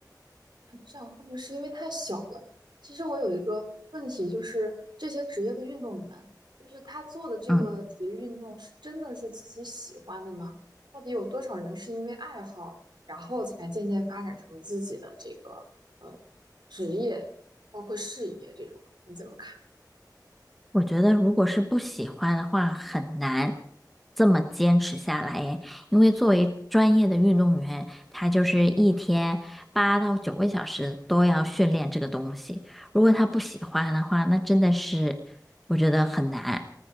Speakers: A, on the right (about 85°); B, in the centre.
A: 这样会不会是因为太小了？其实我有一个问题，就是这些职业的运动员，就是他做的这个体育运动是真的是自己喜欢的吗？
B: 嗯。
A: 到底有多少人是因为爱好，然后才渐渐发展成自己的这个呃职业，包括事业这种？你怎么看？
B: 我觉得，如果是不喜欢的话，很难这么坚持下来耶。因为作为专业的运动员，他就是一天八到九个小时都要训练这个东西。如果他不喜欢的话，那真的是我觉得很难。